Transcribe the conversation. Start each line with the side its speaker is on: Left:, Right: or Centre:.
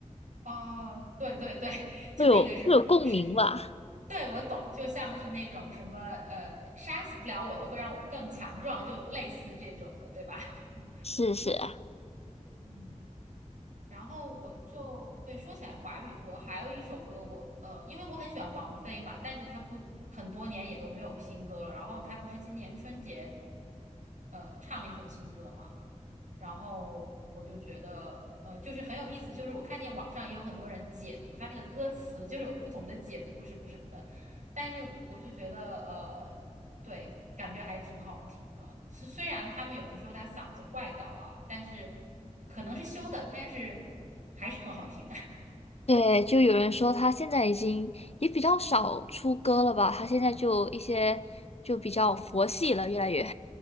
Right: 哦，对对对，<laughs> 就那个什么是。
Left: 会有会有共鸣吧。
Right: 对，我懂，就像是那种什么，呃，杀死不了我的，会让我更强壮，就类似这种的，对吧？<laughs>
Left: 是是，
Right: 嗯，然后我就对说起来华语歌，还有一首歌我呃，因为我很喜欢王菲嘛，但是她不很多年也都没有新歌了。然后她不是今年春节呃唱了一首新歌嘛，然后我就觉得呃就是很有意思，就是我看见网上也有很多人解读她那个歌词，就是有不同的解读什么什么的，但是我就觉得呃。对，感觉还挺好听的。虽虽然他们有人说他嗓子坏掉了，但是可能是修的，但是还是很好听。
Left: 对，就有人说他现在已经也比较少出歌了吧，他现在就一些就比较佛系了，越来越。